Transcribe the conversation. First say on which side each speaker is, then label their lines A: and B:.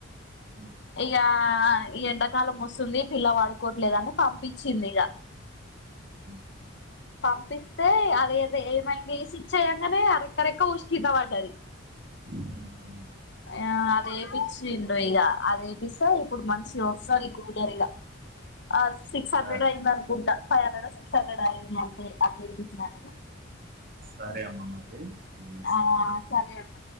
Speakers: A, on the right (about 45°); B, on the left (about 55°).
A: హ్మ్.
B: ఇగా ఆ ఈ ఎండాకాలం వస్తుంది పిల్ల వాడుకోవట్లేదని పంపించింది ఇగ
A: ఊ
B: పంపిస్తే అదదో ఏమైంది సిచ్చయంగానే అ రెక్కరెక్క ఊసుక్ కింద పడ్డది.
A: హ్మ్. హ్మ్.
B: చ ఆయ అది వేపిచ్చిండో ఇగ అది వేపిస్తే ఇప్పుడు మంచి వస్తది కూలర్ ఇగ అస్ సిక్స్ హండ్రెడ్
A: సరే.
B: అయింద అనుకుంటా ఫైవ్ హండ్రెడ్, సిక్స్ హండ్రెడ్ అయింది అంటే అది ఎపిచ్చినందుకు.
A: సరే అమ్మ మరి మళ్ళీ చేస్తా.
B: ఆ సరే అన్న